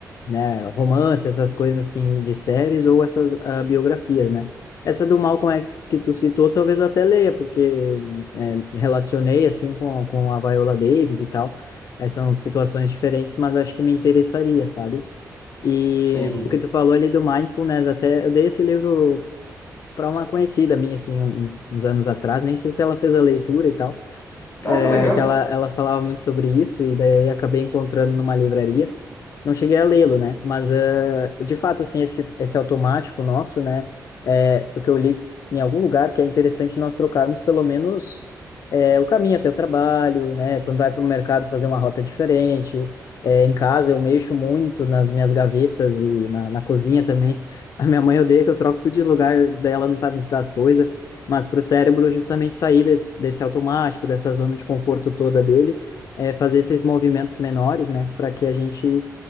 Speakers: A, on the left (about 60°); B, on the left (about 40°).
A: né, romance, essas coisas, assim, de séries ou essas ah, biografias, né? Essa do Malcolm X que tu citou, talvez até leia, porque é, relacionei, assim, com, com a Viola Davis e tal. É, são situações diferentes, mas acho que me interessaria, sabe? E
B: Sim.
A: o que tu falou ali do Mindfulness, até eu dei esse livro para uma conhecida minha, assim, um- uns anos atrás, nem sei se ela fez a leitura e tal
B: Ah, que
A: é,
B: legal.
A: que ela, ela falava muito sobre isso, e daí acabei encontrando numa livraria. Não cheguei a lê-lo, né? Mas, eh, de fato, assim, esse, esse automático nosso, né? É, o que eu li em algum lugar que é interessante nós trocarmos pelo menos eh, o caminho até o trabalho, né? Quando vai para o mercado fazer uma rota diferente. Eh, em casa eu mexo muito nas minhas gavetas e na, na cozinha também. <laughs> A minha mãe odeia que eu troco tudo de lugar, daí ela não sabe onde tá as coisas. Mas para o cérebro, justamente sair desse, desse automático, dessa zona de conforto toda dele, é, fazer esses movimentos menores, né? Para que a gente